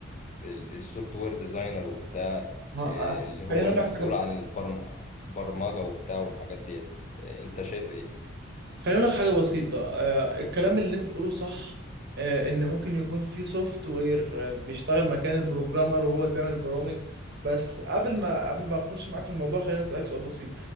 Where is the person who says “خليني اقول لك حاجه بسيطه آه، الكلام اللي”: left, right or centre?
Right